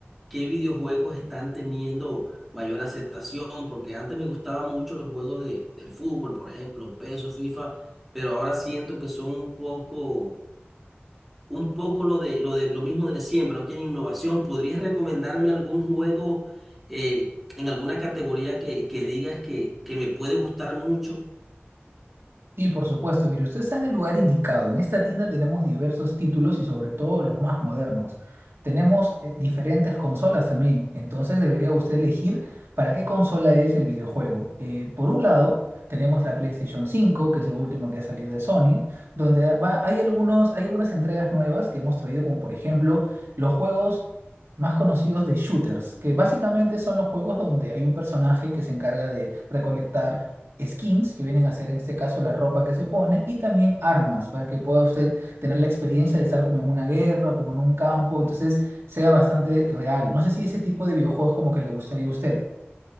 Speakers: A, in the centre; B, on the right.
A: qué videojuegos están teniendo mayor aceptación, porque antes me gustaban mucho los juegos de, de fútbol, por ejemplo, PESO, FIFA, pero ahora siento que son un poco un poco lo de, lo de lo mismo de siempre, no tiene innovación. ¿Podrías recomendarme algún juego eh, en alguna categoría que, que digas que, que me puede gustar mucho?
B: Sí, por supuesto. Mire, usted está en el lugar indicado. En esta tienda tenemos diversos títulos y sobre todo los más modernos. Tenemos eh, diferentes consolas también. Entonces debería usted elegir para qué consola es el videojuego. Eh, por un lado, tenemos la PlayStation cinco, que es lo último que ha salido de Sony, donde va, hay algunos, hay algunas entregas nuevas que hemos traído, como por ejemplo los juegos más conocidos de shooters, que básicamente son los juegos donde hay un personaje que se encarga de recolectar skins, que vienen a ser en este caso la ropa que se pone, y también armas, para que pueda usted tener la experiencia de estar como en una guerra o como en un campo, entonces sea bastante real. No sé si ese tipo de videojuegos como que le gustaría a usted.